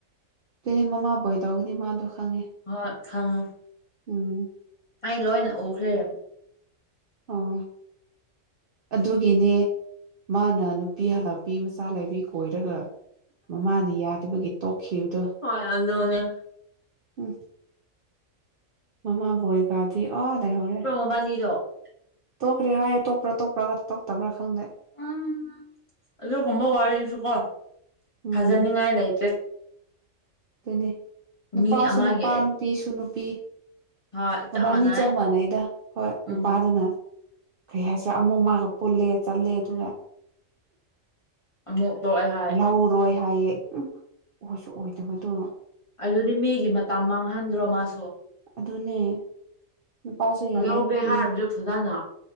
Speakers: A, on the right; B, on the left.
A: ꯑꯗꯨꯅꯦ ꯃꯃꯥꯕꯨ ꯑꯣꯏ ꯇꯧꯒꯅꯤ ꯃꯥꯗꯣ ꯈꯪꯉꯦ
B: ꯍꯣꯏ ꯈꯪꯉꯦ
A: ꯎꯝ
B: ꯑꯩ ꯂꯣꯏꯅ ꯎꯈ꯭ꯔꯦ <inaudible>
A: ꯑꯣ ꯑꯗꯨꯒꯤꯅꯦ ꯃꯥꯅ ꯅꯨꯄꯤ ꯍꯜꯂꯛꯄꯤ ꯃꯆꯥ ꯂꯩꯕꯤ ꯀꯣꯏꯔꯒ ꯃꯃꯥꯅ ꯌꯥꯗꯕꯒꯤ ꯇꯣꯛꯈꯤꯝꯗꯣ
B: ꯍꯣꯏ ꯑꯗꯨꯅꯦ
A: ꯎꯝ ꯃꯃꯥꯕꯨ ꯑꯣꯏꯒꯗꯤ ꯑꯣ ꯂꯩꯍꯧꯔꯦ
B: ꯃꯕꯥꯟꯅꯤꯗꯣ
A: ꯇꯣꯛꯈ꯭ꯔꯦ ꯍꯥꯏꯌꯦ ꯇꯣꯛꯄ꯭ꯔꯥ ꯇꯣꯛꯄ꯭ꯔꯒ ꯇꯣꯛꯇꯕ꯭ꯔꯥ ꯈꯪꯗꯦ
B: ꯎꯝ ꯑꯗꯨꯒꯨꯝꯕ ꯋꯥꯔꯤꯁꯨ ꯀꯣ
A: ꯎꯝ
B: ꯐꯖꯅꯤꯉꯥꯏ ꯂꯩꯇ꯭ꯔꯦ
A: ꯑꯗꯨꯅꯦ ꯅꯨꯄꯥꯁꯨ
B: ꯃꯤ ꯑꯃꯒꯤ
A: ꯅꯨꯄꯥ ꯅꯨꯄꯤꯁꯨ ꯅꯨꯄꯤ
B: ꯍꯣꯏ
A: ꯃꯕꯥꯟꯅꯤ
B: ꯃꯥꯟꯅꯩ
A: ꯆꯞ ꯃꯥꯟꯅꯩꯗ ꯍꯣꯏ ꯅꯨꯄꯥꯗꯨꯅ
B: ꯎꯝ
A: ꯀꯩ ꯍꯥꯏꯁꯤꯔ ꯑꯃꯨꯛ ꯃꯥꯒ ꯄꯨꯜꯂꯦ ꯆꯠꯂꯦ ꯑꯗꯨꯒ
B: ꯑꯃꯨꯛ ꯇꯣꯛꯑꯦ ꯍꯥꯏ
A: ꯂꯧꯔꯣꯏ ꯍꯥꯏꯌꯦ ꯎꯝ ꯑꯣꯏꯁꯨ ꯑꯣꯏꯗꯕꯗꯨ
B: ꯑꯗꯨꯗꯤ ꯃꯤꯒꯤ ꯃꯇꯝ ꯃꯥꯡꯍꯟꯗ꯭ꯔꯣ ꯃꯥꯁꯨ
A: ꯑꯗꯨꯅꯦ ꯅꯨꯄꯥꯁꯨ ꯌꯥꯗꯦ
B: ꯂꯧꯒꯦ
A: ꯅꯨꯄꯤ
B: ꯍꯥꯏꯔꯕꯗꯤ ꯐꯖꯅ